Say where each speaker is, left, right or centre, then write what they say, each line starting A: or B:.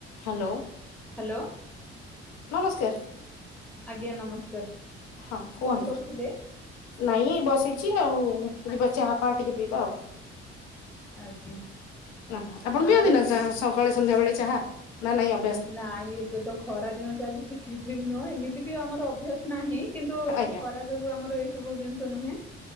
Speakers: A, on the left; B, in the centre.
A: Hello
B: hello
A: ନମସ୍କାର।
B: ଆଜ୍ଞା ନମସ୍କାର।
A: ହଁ କୁହନ୍ତୁ
B: କଣ କରୁଥିଲେ?
A: ନାଇଁ ଏ ବସିଛି ଆଉ ଯିବା ଚାହା ପାହା ଟିକେ ପିଇବା ଆଉ
B: ଆଜ୍ଞା
A: ତାହା ଆପଣ ପିଅନ୍ତି
B: ଆଉ
A: ନା ଚାହା? ସକାଳେ ସନ୍ଧ୍ୟା ବେଳେ ଚାହା ନା ନାଇଁ ଅ
B: ନାଇଁ ଏବେ ତ ଖରା ଦିନ ଚାଲିଚି କେବେବି ନୁହଁ ଏମିତି ବି ଆମର ଅଭ୍ୟାସ ନାହିଁ କିନ୍ତୁ ଏବେ
A: ଆଜ୍ଞା।
B: ଖରା ଯୋଗୁ ଆମର ଏସବୁ ଜିନିଷ ନୁହେଁ